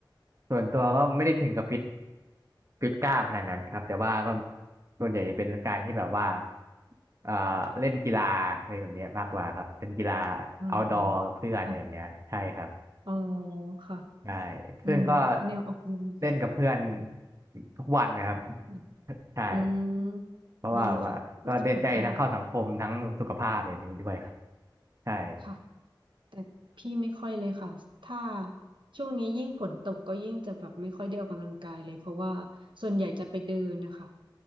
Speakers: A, on the right; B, on the right.
A: ส่วนตัวก็ไม่ได้ถึงกับฟิตฟิตกล้ามขนาดนั้นครับแต่ว่าก็ส่วนใหญ่จะเป็นการที่แบบว่าเอ่อเล่นกีฬาอะไรแบบเนี้ยมากกว่าครับเป็นกีฬา
B: อืม
A: เอาดอร์กับเพื่อนอะไรแบบเนี้ยใช่ครับ
B: ค่ะอ๋อค่ะ
A: ใช่
B: อืมแนวออกกำลั
A: ซึ่งก็เล่นกับเพื่อนทุกวันนะครับ
B: ง
A: ใช่
B: อืมดีค่ะเพื่อสุขภาพ
A: เพราะว่าว่าก็ได้ใจทั้งเข้าสังคมทั้งสุขภาพแบบนี้ด้วยครับใช่
B: ค่ะ แต่พี่ไม่ค่อยเลยค่ะถ้าช่วงนี้ยิ่งฝนตกก็ยิ่งจะแบบไม่ค่อยได้ออกกำลังกายเลยเพราะว่าส่วนใหญ่จะไปเดินนะคะ